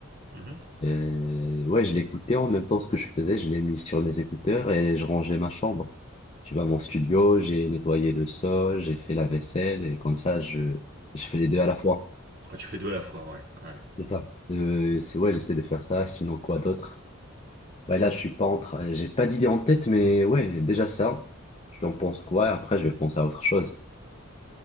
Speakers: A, on the right; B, on the left.
A: mhm.
B: Euh, ouais, je l'écoutais en même temps ce que je faisais, je l'ai mis sur mes écouteurs et je rangeais ma chambre. Tu vois, mon studio, j'ai nettoyé le sol, j'ai fait la vaisselle et comme ça, je, je fais les deux à
A: Ah,
B: la fois.
A: tu fais deux à la fois, ouais. Ouais,
B: C'est ça. Euh, c'est ouais, j'essaie de faire ça, sinon quoi d'autre? Ouais, là, je suis pas en train, j'ai pas d'idée en tête, mais ouais, déjà ça. je en pense quoi? Et après, je vais penser à autre chose.